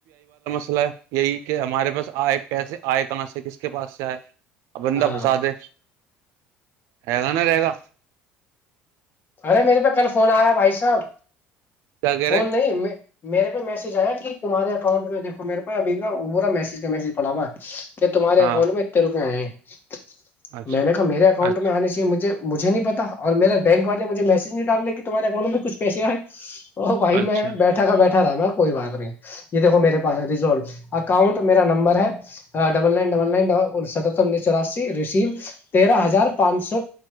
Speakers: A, on the right (about 70°); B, on the left (about 40°).
A: اسلح <unintelligible> یہی کہ ہمارے پاس آئے پیسے آئے کہاں سے کس کے پاس سے آئے ابندہ
B: ہاں
A: بھسا دے ہے گا نا رہے گا <inaudible>
B: سرے میرے ب کل فون آیا بھائی صاحب
A: کیا کہہ
B: فون
A: رہے
B: نہیں میں میرے پہ میسج آیا کہ تمہارےکاؤنٹ پہ دیکو میرے پا ابھی کا وہ برا میسج کا میسج پڑا ہوا یہ تمہار
A: ہاں
B: ااؤٹ میں ات روپے ہیں جچ
A: اچھا
B: میں نے کہا میرے اکاؤنٹ
A: اچھا
B: میں آنے چاہیے مجھے مجھے نہیں پتا اور میرا ب مجے میج نہیں ڈالنے کے تمہارے اکانٹ میں کچھیسے ہیں ا بھائی
A: اچھا
B: میں بیٹھا تھا بیٹھا رہ کوئی بات نہیں یہ دیکو میرے پاس رز اکاؤنٹ میرا نمبر ہے ڈبل نائن ڈبل ن ستتریس چورسی ریسیو تیرہ ہزار پانچ سو